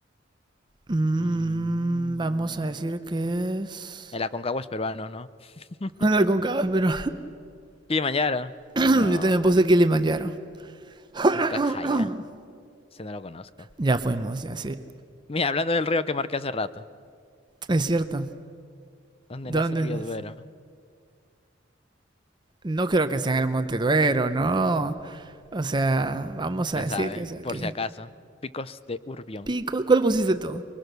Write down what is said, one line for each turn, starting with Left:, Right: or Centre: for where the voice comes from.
Right: Mm,
Left: Mm.
Right: vamos a decir que es.
Left: El Aconcagua es peruano, ¿no? <laughs>
Right: No la concaba, pero
Left: Kilimanjaro.
Right: <clears throat> <coughs>
Left: No.
Right: yo también puse Kilimanjaro. <coughs>
Left: Puncajaya. Ese no lo conozco.
Right: ya fuimos, ya sí.
Left: Mira, hablando del río que marqué hace rato.
Right: Es cierto.
Left: ¿Dónde
Right: ¿Dónde
Left: nace el río
Right: más?
Left: Duero?
Right: No creo que sea en el Monte Duero, no. O sea, vamos a
Left: ¿Quién
Right: decir
Left: sabe?
Right: que es aquí.
Left: Por si acaso. Picos de Urbión.
Right: Pico. ¿Cuál pusiste tú?